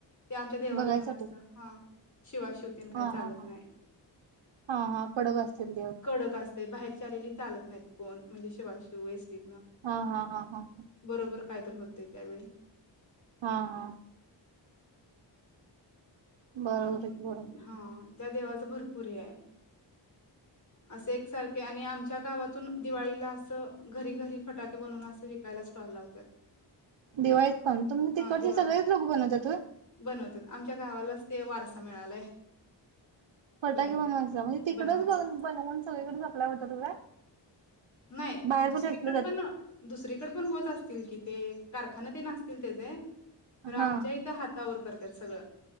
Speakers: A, on the left (about 40°); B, on the right (about 80°).
A: ते आमच्या देवाला
B: बघायसाठी
A: पण असं हा शिवा-शिवतेन काही
B: हा
A: चालत
B: हा हा
A: नाही.
B: हा हा कडक असतील देव
A: <inaudible> कडक अस ते बाहेरच्या आलेली चालत नाहीत कोण म्हणजे शिवाशिव एसटी
B: हा हा हा हा ह.
A: बरोबर काय तर होतय त्यावेळी.
B: हा हा. बरोबर
A: अं
B: हाय की बरोबर.
A: हां त्या देवाच भरपूर हे आहे <inaudible> असे एकसारखे आणि आमच्या गावातून दिवाळीला असं घरी घरी फटाके बनवून अस विकायला स्टॉल लावत्यात.
B: दिवाळीत पण तुमी तिकडचे
A: हां दिवाळीत
B: सगळेच लोक बनवतात होय?
A: बनवत्यात आमच्या गावाला असत ते वारसा मिळालाय.
B: फटाके
A: बनवत्यात.
B: बनवायचा म्हणजे तिकडच
A: बनवायचं
B: ब-बनवून सगळीकडे सपलाय होतात काय?
A: नाही
B: बाहेर
A: दुसरीकड
B: कुठे विकले जाते?
A: पण, दुसरीकड पण होत असतील की ते कारखाना तेन असतील त्याजे पण
B: हा
A: आमच्या इथं हातावर करत्यात सगळं.